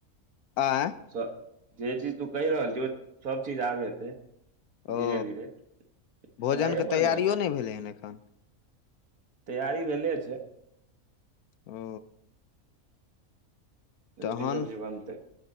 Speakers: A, on the left (about 85°); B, on the right (about 80°).
A: आँय
B: जे चीज तू कहि रहल छ सब चीज आब हेतै धीरे
A: ओ
B: धीरे
A: भोजनके
B: समये पर
A: तैयारियो
B: ने हतै
A: नहि भेलै हन एखन
B: तैयारी भेले छै
A: ओ तहन
B: रोटी सब्जी बनतै